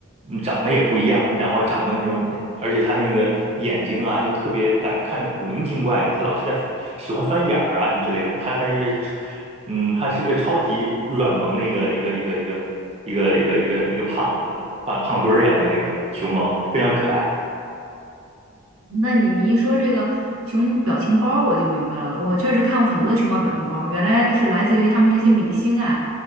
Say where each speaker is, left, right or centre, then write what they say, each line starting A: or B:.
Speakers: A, on the right (about 30°); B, on the right (about 85°).
A: 嗯长得也不一样，然后长得那种，而且他那个眼睛啊，就特别感觉看着古灵精怪的，他老是在喜欢翻眼儿啊什么之类的，他还是一个，嗯，他是个超级软萌的一个一个一个一个一个一个一个一个胖子，胖胖墩儿一样的那个熊猫，非常可爱，
B: 那你你一说这个熊表情包儿我就明白了。我确实看过很多熊猫表情包儿原来是来自于他们这些明星啊。